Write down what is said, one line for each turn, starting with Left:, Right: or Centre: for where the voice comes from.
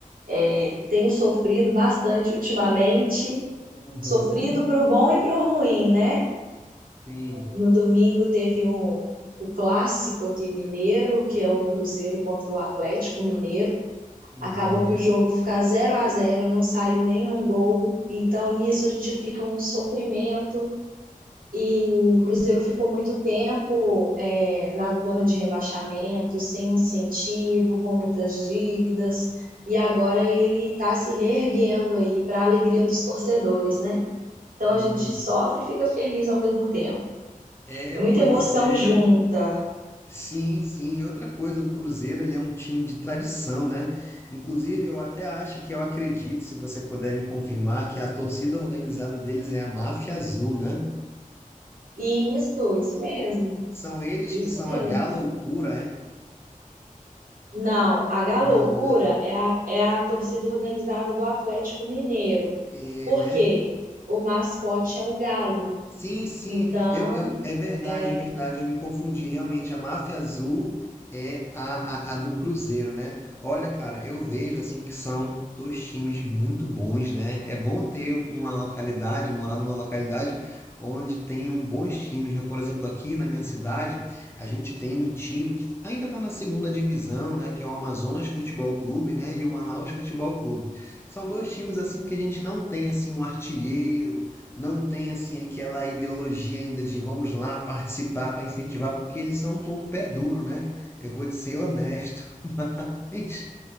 Right: É, tenho sofrido bastante ultimamente,
Left: Uhum,
Right: sofrido pro bom e pro ruim, né?
Left: sim.
Right: No domingo teve um, o clássico aqui mineiro, que é o Cruzeiro contra o Atlético Mineiro.
Left: Uhum,
Right: Acabou que o jogo fica zero a zero, não saiu nenhum gol. Então nisso a gente fica um sofrimento e o Cruzeiro ficou muito tempo é, na zona de rebaixamento, sem incentivo, com muitas dívidas. E agora ele está se reerguendo aí para a alegria dos torcedores, né? Então
Left: sim.
Right: a gente sofre e fica feliz ao mesmo tempo.
Left: É,
Right: É muita
Left: pois
Right: emoção
Left: é,
Right: junta,
Left: né? Sim, sim. E outra coisa, o Cruzeiro, ele é um time de tradição, né? Inclusive, eu até acho que eu acredito, se você puder me confirmar, que a torcida organizada deles é a Máfia Azul, né?
Right: Isso, isso mesmo,
Left: São eles
Right: isso
Left: que são
Right: mesmo.
Left: a galoucura, é?
Right: Não, a Galoucura
Left: Não, né?
Right: é a, é a torcida organizada do Atlético Mineiro.
Left: É,
Right: Por
Left: né?
Right: quê? O mascote é o galo.
Left: Sim, sim,
Right: Então,
Left: eu, eu, é verdade,
Right: é...
Left: é verdade, eu me confundi. Realmente, a Máfia Azul é a, a, a do Cruzeiro, né? Olha, cara, eu vejo assim que são dois times muito bons, né? É bom ter uma localidade, morar numa localidade onde tenham bons times, né? Por exemplo, aqui na minha cidade, a gente tem um time que ainda está na segunda divisão, né? Que é o Amazonas Futebol Clube, né? E o Manaus Futebol Clube. São dois times assim que a gente não tem assim um artilheiro não tem assim aquela ideologia ainda de vamos lá participar para incentivar, porque eles são um pouco pé duro, né? Eu vou ser honesto, <laughs> mas,